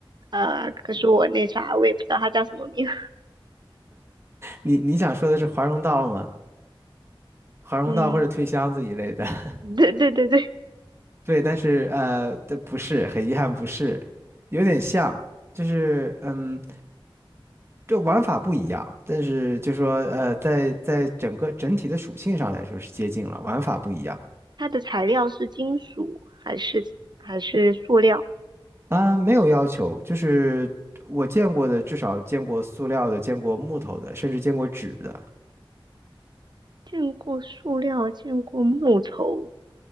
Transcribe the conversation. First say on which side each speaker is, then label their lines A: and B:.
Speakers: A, on the right; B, on the right.
A: 呃，可是我那啥，我也不知道它叫什么名，
B: 你你想说的是华容道吗？华容道或者推箱子一类的。
A: <laughs> 嗯，
B: <laughs>
A: 对对对对，
B: 对，但是呃，这不是，很遗憾不是，有点像，就是嗯，这玩法不一样，但是就说呃，在在整个整体的属性上来说是接近了，
A: 哦，
B: 玩法不一样。
A: 它的材料是金属还是还是塑料？
B: 啊、没有要求，就是我见过的，至少见过塑料的，见过木头的，甚至见过纸的。
A: 见过塑料，见过木头，